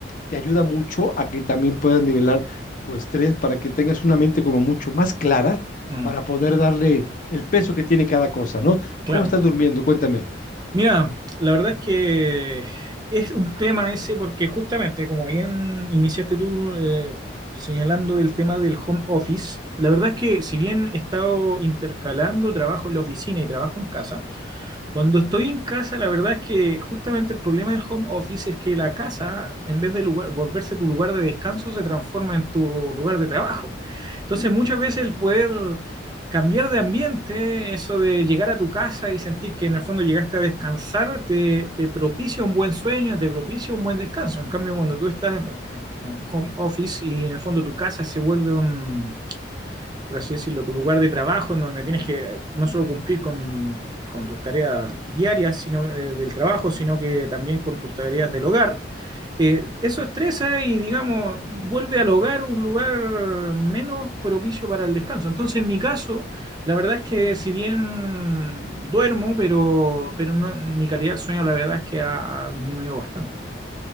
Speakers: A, on the left; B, on the right.
A: te ayuda mucho a que también puedas nivelar tu estrés para que tengas una mente como mucho más clara
B: Mm,
A: para poder darle el peso que tiene cada cosa, ¿no?
B: claro.
A: ¿Cómo estás durmiendo? Cuéntame.
B: Mira, la verdad es que es un tema ese porque justamente, como bien iniciaste tú eh, señalando el tema del home office, la verdad es que si bien he estado intercalando trabajo en la oficina y trabajo en casa, cuando estoy en casa, la verdad es que justamente el problema del home office es que la casa, en vez de lugar, volverse tu lugar de descanso, se transforma en tu lugar de trabajo. Entonces, muchas veces el poder cambiar de ambiente, eso de llegar a tu casa y sentir que en el fondo llegaste a descansar, te, te propicia un buen sueño, te propicia un buen descanso. En cambio, cuando tú estás en en home office y en el fondo tu casa se vuelve un por así decirlo, tu lugar de trabajo, en donde tienes que no solo cumplir con, con tus tareas diarias sino, eh, del trabajo, sino que también con tus tareas del hogar, eh, eso estresa y, digamos, vuelve al hogar un lugar menos propicio para el descanso. Entonces, en mi caso, la verdad es que si bien duermo, pero, pero no, mi calidad del sueño, la verdad es que ha disminuido bastante.